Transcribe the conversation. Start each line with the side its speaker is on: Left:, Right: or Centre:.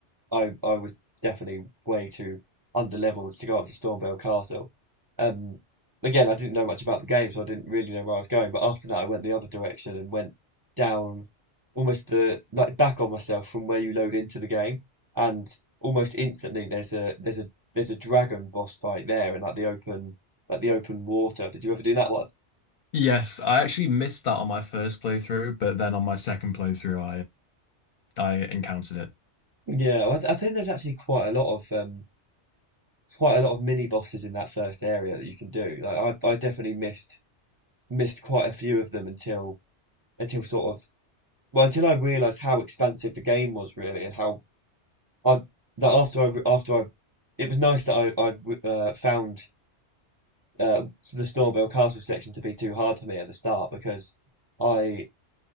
Right: I I was definitely way too underleveled to go up to Stormvale Castle. Um, again, I didn't know much about the game, so I didn't really know where I was going. But after that, I went the other direction and went down almost the like back on myself from where you load into the game, and almost instantly there's a there's a there's a dragon boss fight there in like the open like the open water. Did you ever do that one?
Left: Yes, I actually missed that on my first playthrough, but then on my second playthrough, I uh, I encountered it.
Right: Yeah, I, th- I think there's actually quite a lot of um quite a lot of mini bosses in that first area that you can do. Like I I definitely missed missed quite a few of them until until sort of well until I realized how expansive the game was really and how I that after I after I it was nice that I I uh, found uh, the Stormvale Castle section to be too hard for me at the start because I